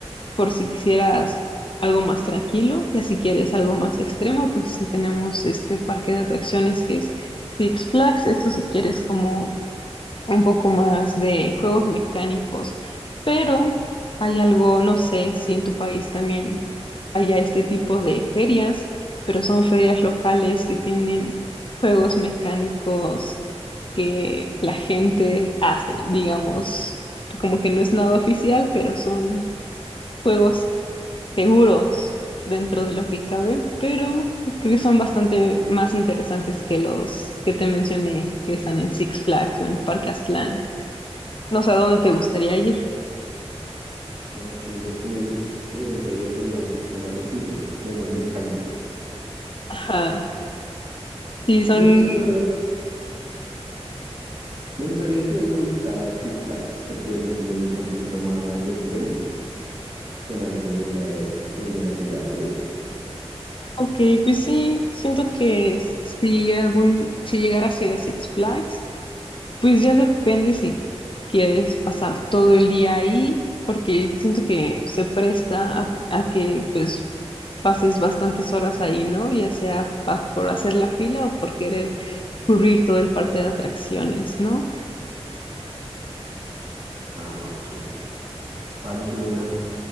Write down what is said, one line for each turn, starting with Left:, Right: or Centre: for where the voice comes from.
Left: por si quisieras algo más tranquilo, y si quieres algo más extremo, pues sí tenemos este parque de atracciones que es Six Flags, esto si quieres como un poco más de juegos mecánicos, pero hay algo, no sé si en tu país también haya este tipo de ferias, pero son ferias locales que tienen juegos mecánicos que la gente hace, digamos, como que no es nada oficial, pero son juegos seguros dentro de lo que cabe, pero creo que son bastante más interesantes que los que te mencioné, que están en Six Flags o en Parque Aztlán. No sé a dónde te gustaría ir.
Right: Aunque los que me dices eh, en feria serían un poquito más sencillos, menos mecánicos.
Left: Ajá. Sí, son...
Right: Me gustaría, me gustaría decir algo visitar Six Flags, porque a mí sí me gusta un poquito más lo extremo que en alturas, en velocidad y eso.
Left: Ok, pues sí, siento que si algún, si llegaras a ir a Six Flags, pues ya depende si quieres pasar todo el día ahí, porque siento que se presta a, a que pues pases bastantes horas ahí, ¿no? Ya sea pa- por hacer la fila o por querer cubrir todo el parque de atracciones, ¿no?
Right: Ah, ok. Vale, Jimena,